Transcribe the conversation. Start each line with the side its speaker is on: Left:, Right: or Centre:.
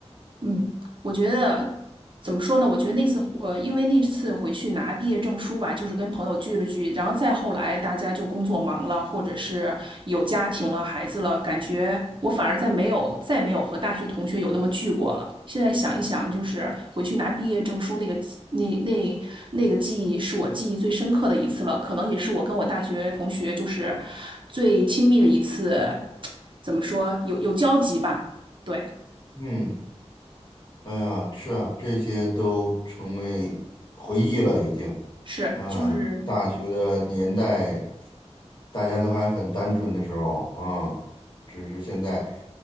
Right: 嗯，我觉得怎么说呢？我觉得那次呃，因为那次回去拿毕业证书吧，就是跟朋友聚了聚，然后再后来大家就工作忙了，或者是有家庭了、孩子了，感觉我反而再没有再没有和大学同学有那么聚过了。现在想一想，就是回去拿毕业证书那个记那那那个记忆，是我记忆最深刻的一次了，可能也是我跟我大学同学就是最亲密的一次，怎么说有有交集吧？对，
Left: 嗯。哎呀，是啊，这些都成为回忆了，已经。
Right: 是就是。
Left: 嗯，大学的年代，大家都还很单纯的时候，嗯，只是现在